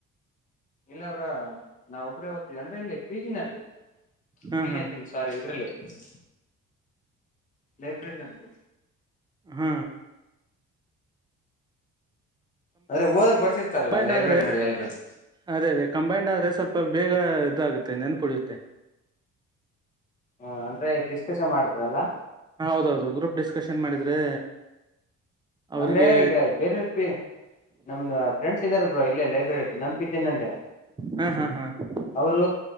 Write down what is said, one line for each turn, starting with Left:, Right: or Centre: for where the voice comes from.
Left: ಇಲ್ಲಬ್ರೋನಾವ ಒಬ್ಬ್ರೇ ಓದ್ತಿದ್ದವಿ ಅಂದ್ರೆ ಇಲ್ಲಿ ಪೀಜಿನಲ್ಲಿ.
Right: ಹಾ
Left: ಪೀಜಿ
Right: ಹಾ
Left: ಅಂತವಿ ಸರಿ ಇದ್ರಲ್ಲಿ <unintelligible> ಲೈಬ್ರೇರಿನಲ್ಲಿ,
Right: ಹ್ಮ್,
Left: ಅಂದ್ರೆ ಓದಕ್ ಬರ್ತಿರ್ತಾರಲ್ಲಾ
Right: ಕಂಬೈಂಡ್
Left: ಲೈಬ್ರರಿನಲ್ಲಿ
Right: ಆದ್ರೆ
Left: ಎಲ್ರೂ. -
Right: ಅದೇ, ಅದೇ ಕಂಬೈಂಡ್ ಆದ್ರೆ ಸ್ವಲ್ಪ ಬೇಗ ಇದಾಗುತ್ತೆ ನೆನಪಿಡುತ್ತೆ.
Left: ಹಾ, ಅಂದ್ರೆ ಡಿಸ್ಕಶನ್ ಮಾಡಿದ್ರಲ್ಲಾ
Right: ಹಾ, ಹೌದೌದು ಗ್ರೂಪ್ ಡಿಸ್ಕಶನ್ ಮಾಡಿದ್ರೆ ಅವ್ರಿಗೆ
Left: ಅಂದ್ರೆ ಈಗ ಬೇರೆವರ ನಮ್ ಫ್ರೆಂಡ್ಸ್ ಇದಾರೆ ಬ್ರೋ ಇಲ್ಲೇ ಲೈಬ್ರರಿ ನಂಪಿದ್ದೀನಲ್ಲೇ.
Right: ಹಾ ಹಾ ಹಾ <unintelligible>
Left: ಅವ್ರು